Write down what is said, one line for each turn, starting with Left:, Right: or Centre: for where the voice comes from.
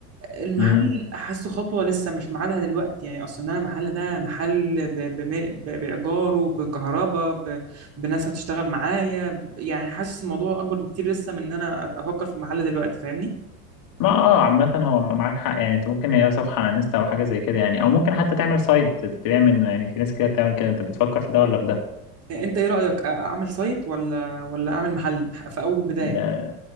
Right: المحل
Left: امم
Right: حاسه خطوة لسه مش ميعادها دلوقتي يعني أصلا أنا المحل ده محل ب- بم- ب- بإيجاره بكهرباء ب- بناس هتشتغل معايا ب- يعني حاسس الموضوع أكبر بكتير لسه من إن أنا أبقى أفكر في المحل دلوقتي فاهمني؟
Left: ما اه عامة هو معاك حق يعني انت ممكن هي صفحة على انستا او حاجة زي كده يعني او ممكن حتى تعمل سايت تبيع منه يعني في ناس كده بتعمل كده انت بتفكر في ده ولا في ده
Right: أنت إيه رأيك أ- أعمل سايت ولا ولا أعمل محل في أول بداية؟
Left: ده